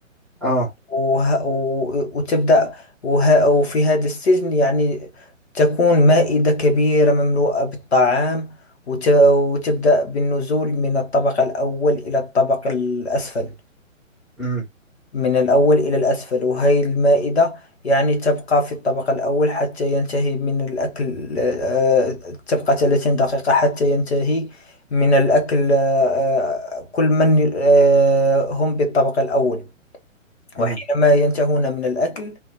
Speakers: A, in the centre; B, on the left.
A: اه
B: وه... و... وتبدأ وه... وفي هذا السجن يعني تكون مائدة كبيرة مملوءة بالطعام وت... وتبدأ بالنزول من الطبق الأول إلى الطبق الأسفل
A: امم
B: من الأول إلى الأسفل وهي المائدة يعني تبقى في الطبق الأول حتى ينتهي من الأكل آه، تبقى 30 دقيقة حتى ينتهي من الأكل آه، آه، كل من آه، هم بالطبق الأول وحينما
A: امم
B: ينتهون من الأكل